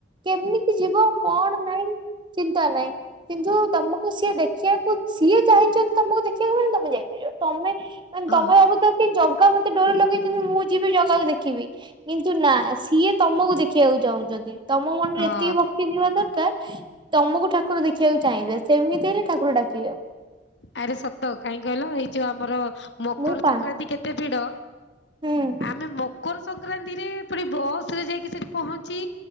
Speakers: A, on the right; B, on the left.
A: କେମିତି ଯିବ କଣ ନାଇଁ ଚିନ୍ତା ନାହିଁ। କିନ୍ତୁ ତମୁକୁ ସିଏ ଦେଖିବାକୁ ସିଏ ଚାହିଁଛନ୍ତି ତମୁକୁ ଦେଖିବାକୁ ମାନେ ତମେ ଯାଇପାରିବ। ତମେ ମାନେ
B: ହଁ
A: ତମେ ଭାବୁଥିବ କି ଜଗା ମ ତେ ଡୋରି ଲଗେଇଛନ୍ତି ମୁଁ ଯିବି ଜଗାକୁ ଦେଖିବି। କିନ୍ତୁ ନା ସିଏ ତମୁକୁ ଦେଖିବାକୁ ଚାହୁଁଛନ୍ତି। ତମ ମନରେ
B: ହଁ
A: ଏତିକି ଭକ୍ତି ଥିବ ତ କାର ତମୁକୁ ଠାକୁର ଦେଖିବାକୁ ଚାହିଁବେ। ସେମିତି ହେଲେ ଠାକୁର ଡାକିବେ।
B: ଆରେ ସତ କାହିଁ କହିଲ ଏଇ ଯୋଉ ଆମର ମକର
A: ମୁଁ ପା
B: ସଂକ୍ରାନ୍ତି କେତେ ଭିଡ?
A: ହୁଁ
B: ଆମେ ମ କର ସଂକ୍ରାନ୍ତିରେ ପୁଣି ବସରେ ଯାଇକି ସେଇଠି ପହଞ୍ଚି